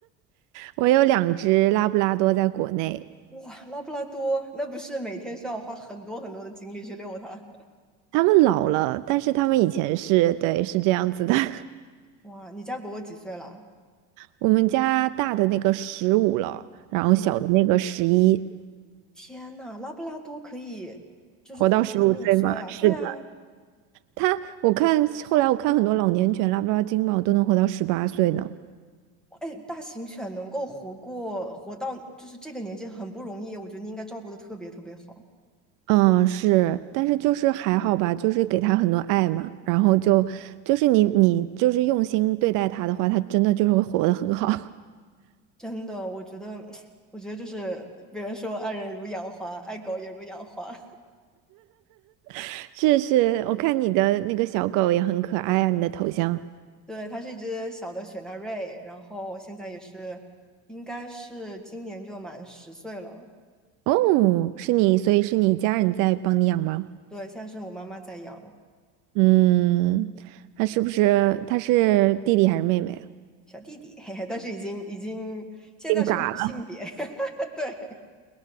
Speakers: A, on the right (about 60°); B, in the centre.
A: 我有两只拉布拉多在国内，
B: 哇，拉布拉多，那不是每天需要我花很多很多的精力去遛它？
A: 它们老了，但是它们以前是，对，是这样子的。<laughs>
B: <laughs> 哇，你家狗狗几岁了？
A: 我们家大的那个十五了，然后小的那个十一，
B: 天呐，拉布拉多可以就是活到十五岁啊！
A: 活到十五岁嘛。是的，
B: 对啊，
A: 它，我看后来我看很多老年犬拉布拉多金毛都能活到十八岁呢。
B: 哎，大型犬能够活过活到就是这个年纪很不容易，我觉得你应该照顾的特别特别好。
A: 嗯，是，但是就是还好吧，就是给他很多爱嘛，然后就就是你你就是用心对待他的话，他真的就是会活得很好。
B: 真的，我觉得，<sniffs> <tsk> 我觉得就是别人说爱人如养花，爱狗也如养花。
A: <laughs> 是是，我看你的那个小狗也很可爱啊，你的头像。
B: 对，它是一只小的雪纳瑞，然后现在也是，应该是今年就满十岁了。
A: 哦，是你，所以是你家人在帮你养吗？
B: 对，现在是我妈妈在养
A: 嗯，他是不是他是弟弟还是妹妹啊？
B: 小弟弟，<laughs> 嘿嘿，但是已经已经现在是无性别，
A: 变嘎了。
B: <laughs> 对，